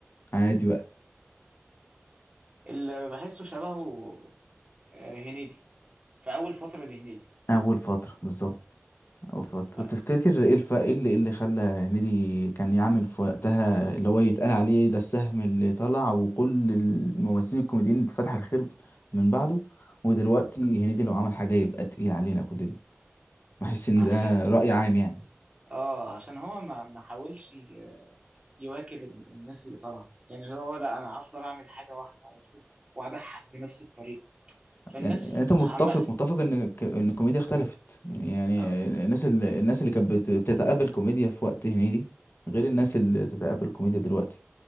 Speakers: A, on the left; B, on the right.
A: عادي بقى
B: اللي بحسه شبهه آه، هنيدي في اول فتره لهنيدي
A: اول فتره بالظبط أو فت-
B: ما-
A: تفتكر ايه الف... ايه اللي إيه اللي خلى هنيدي كان يعمل في وقتها اللي هو يتقال عليه ده السهم اللي طلع وكل الممثلين الكوميديين اتفتح الخير من بعده ودلوقتي هنيدي لو عمل حاجة يبقى تقيل علينا كلنا بحس ان
B: عشان
A: ده رأي عام يعني
B: اه عشان هو ما ما حاولش يواكب ال- الناس اللي طالعه يعني اللي هو لا انا هفضل اعمل حاجه واحده على طول واضحك بنفس الطريقه فالناس
A: يعني انت متفق
B: عم
A: متفق ان ك... ان الكوميديا اختلفت يعني
B: اه,
A: يعني الناس اللي الناس اللي كانت بت- بتتقبل كوميديا في وقت هنيدي غير الناس اللي تتقبل الكوميديا دلوقتي